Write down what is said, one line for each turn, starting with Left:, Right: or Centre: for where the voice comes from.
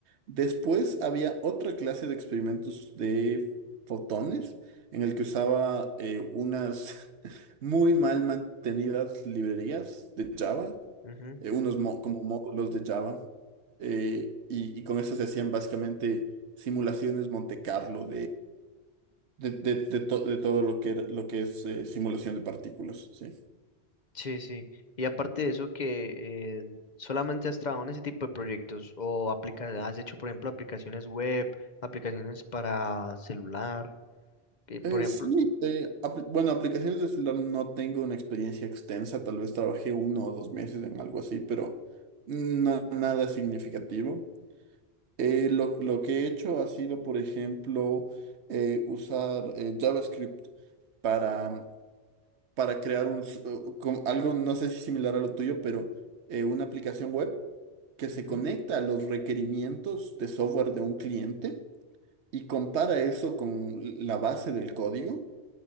Right: Después había otra clase de experimentos de fotones en el que usaba eh, unas <laughs> muy mal mantenidas librerías de Java,
Left: ujú.
Right: eh, unos mo- como módulos de Java, eh, y, y con eso se hacían básicamente simulaciones Monte Carlo de, de, de to- de todo lo que, era- lo que es eh, simulación de partículas, sí.
Left: Sí, sí. Y aparte de eso, que eh, solamente has trabajado en ese tipo de proyectos o aplica has hecho, por ejemplo, aplicaciones web, aplicaciones para celular, que por
Right: Eh,
Left: ejemplo,
Right: sí, eh, apl- bueno, aplicaciones de celular no tengo una experiencia extensa, tal vez trabajé uno o dos meses en algo así, pero na- nada significativo. Eh, lo, lo que he hecho ha sido, por ejemplo, eh, usar eh, JavaScript para para crear un, s- o- como algo, no sé si similar a lo tuyo, pero eh, una aplicación web que
Left: ujú,
Right: se conecta a los requerimientos de software de un cliente y compara eso con la base del código